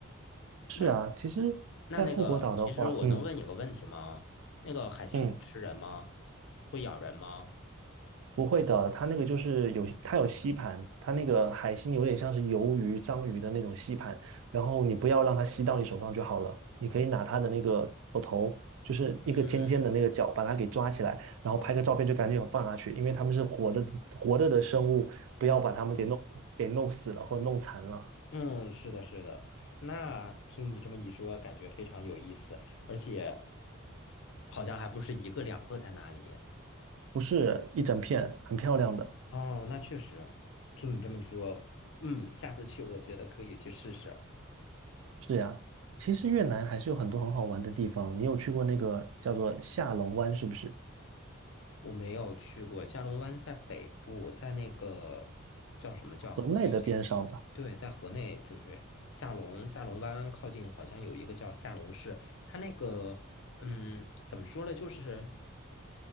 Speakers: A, on the right; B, on the left.
A: 是啊，
B: 那
A: 其实，
B: 那那个，
A: 在富国岛的话，
B: 其实我能问你个问题吗？
A: 嗯
B: 那个海星会吃人吗？
A: 嗯，
B: 会咬人吗？
A: 不会的，它那个就是有它有吸盘，它那个海星有点像是鱿鱼、章鱼的那种吸盘，然后你不要让它吸到你手上就好了，你可以拿它的那个头头，
B: 哦
A: 就是一个尖尖的那个角，
B: 嗯，
A: 把它给抓起来，然后拍个照片就赶紧放下去，
B: 哦
A: 因为它们是活的活着的生物，不要把它们给弄给弄死了或者弄残了。
B: 哦，嗯，是的，是的。那听你这么一说，感觉非常有意思，而且好像还不是一个两个在哪里。
A: 不是一整片，很漂亮的。
B: 哦，那确实，听你这么一说，嗯，下次去我觉得可以去试试。
A: 是呀，其实越南还是有很多很好玩的地方。你有去过那个叫做下龙湾，是不是？
B: 我没有去过下龙湾，在北部，在那个叫什么叫河内？
A: 河内的边上吧，
B: 对，在河内就是下龙下龙湾靠近，好像有一个叫下龙市，它那个嗯，怎么说呢，就是。